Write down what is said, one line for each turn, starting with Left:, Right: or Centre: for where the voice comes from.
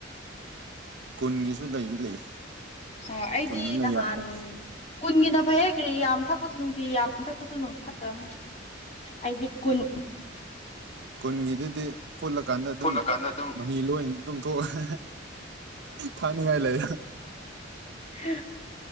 Right: ꯀꯨꯟꯒꯤꯁꯨ ꯂꯩꯗꯤ ꯂꯩ
Left: ꯑ ꯑꯩꯗꯤ
Right: ꯀꯨꯟꯗꯨꯅ
Left: ꯅꯍꯥꯟ
Right: ꯌꯥꯝꯃꯦ
Left: ꯀꯨꯟꯒꯤꯅ ꯐꯩꯌꯦꯈ꯭ꯔꯤ ꯌꯥꯝ ꯊꯛꯄꯁꯨ ꯅꯨꯡꯇꯤ ꯌꯥꯝ ꯊꯛꯄꯁꯨ ꯅꯨꯡ ꯐꯠꯇꯕꯅꯤ ꯑꯩꯗꯤ ꯀꯨꯟ
Right: ꯎ ꯀꯨꯟꯒꯤꯗꯨꯗꯤ ꯐꯨꯠꯂꯀꯥꯟꯗ ꯑꯗꯨꯝ
Left: ꯐꯨꯠꯂꯀꯥꯟꯗ ꯑꯗꯨꯝ
Right: ꯃꯍꯤ ꯂꯣꯏꯅ ꯑꯗꯨꯝ ꯊꯣꯛꯣꯛꯑ ꯍꯥꯏꯪꯅꯤꯡꯉꯥꯏ ꯂꯩ
Left: ꯍꯥ